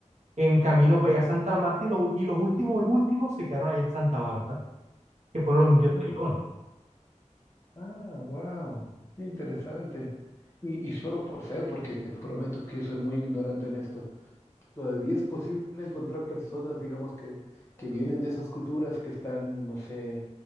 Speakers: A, on the right; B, on the left.
A: en camino
B: mm,
A: para allá a Santa Marta, y los, ul- y los últimos y últimos se quedaron allá en Santa Marta, que fueron los indios
B: mm.
A: Tairona.
B: Ah, wow. Interesante. Y, y solo por saber, porque te prometo que soy muy ignorante en esto. Todavía es posible encontrar personas, digamos, que, que vienen de esas culturas, que están, no sé,